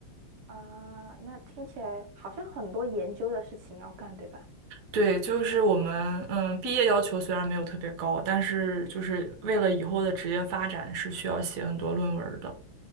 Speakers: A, on the right (about 80°); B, on the right (about 60°).
A: 啊？那听起来好像很多研究的事情要干，对吧？
B: 对，就是我们嗯，毕业要求虽然没有特别高，但是就是为了以后的职业发展是需要写很多论文的。